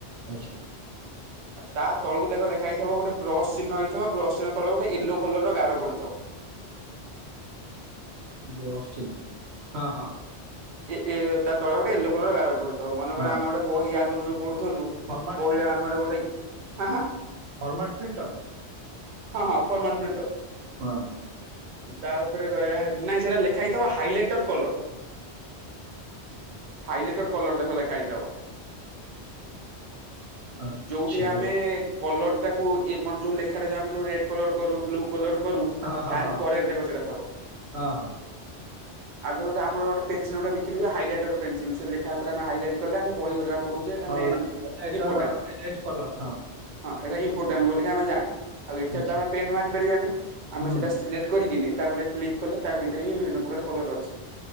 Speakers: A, on the right; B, on the right.
A: ଆଚ୍ଛା।
B: ତା ତଳକୁ ଦେଖ ଲେଖା ହେଇଥିବ ଗୋଟେ ବ୍ରସ୍ ଚିହ୍ନ ହେଇଥିବ ବ୍ରସ୍ ଶୁଣ ତଳେ ଗୋଟେ ଏଲୋ କଲର୍ ଗାର ପଡିଥଵ।
A: ବ୍ରସ୍ ଚିହ୍ନ ହଁ ହଁ।
B: ଏ ଏ ତା ତଳେ ଗୋଟେ ୟେଲୋ କଲର୍ ର ଗାର ପଡିଥିବ ମନେକରେ
A: ହଁ
B: ଆମେ ଗୋଟେ ବହି ଆଗରୁ ଯୋଉ ପଢୁଥିଲୁ।
A: ଫର୍ମାଟ
B: ବହିଡା ଆମର ଗୋଟେଇ ହାଁ ହାଁ
A: ଫର୍ମାଟ୍ ପ୍ରିଣ୍ଟର୍
B: ହଁ ହଁ ଫର୍ମାଲ୍ ପ୍ରିଣ୍ଟର୍।
A: ହଁ
B: ତା ଉପରେ ଗୟାହାନି ନାଇଁ ସେଟା ଲେଖା ହେଇଥିବ ହାଇଲାଇଟର୍ କଲର୍। ହାଇଲାଇଟର୍ କଲର୍ ଦେଖ ଲେଖା ହେଇଥିବ।
A: ଆଚ୍ଛା
B: ଯଉଠି ଆମେ
A: ଗୋଟେ
B: କଲର ଟାକୁ ଏମାନେ ଯୋଉ ଲେଖାଟା ଯଉ ଆମେ ଯୋଉ ରେଡ୍ କଲର୍ କରୁ ବ୍ଲୁ କଲର୍ କରୁ
A: ହଁ ହଁ
B: ତାରି
A: ହଁ
B: କରରେ ଦେଖ ସେଟା ଥବ।
A: ହଁ ହଁ
B: ଆଗରୁ ଗୋଟେ ଆମର ଗୋଟେ ପେନସିଲ୍ ଗୋଟେ ବିକ୍ର ହୁଏ ହାଇଲାଇଟର୍ ପେନସିଲ୍ ସେ ଲେଖା ଉପରେ ଆମେ ଗୋଟେ ହାଇଲାଈଟି କଲେ ଆମ ବହି କହୁଯେ ଏଟା
A: ହଁ
B: ମଇଁ
A: ଲାଲ ଏଟା
B: ଇମ୍ପୋଟାଣ୍ଟ
A: ହାଇଲାଇଟ କଲର ହଁ
B: ହଁ ଏଟା ଇମ୍ପୋଟାଣ୍ଟ ବୋଲିକି ଆମେ ଜାଣୁ। ଆଉ ଏଥରେ
A: ଆଚ୍ଛା
B: ତ ଆମେ ପେନ୍ ମାରି ପାରିବାନି ଆମେ
A: ହୁଁ
B: ସେଇଟା ସିଲେକ୍ଟ କରିକିନି ତାପରେ କ୍ଲିକ୍ କଲେ ତା ଭିତରେ ବିଭିନ୍ନ ପ୍ରକାର କଲର ଅଛି।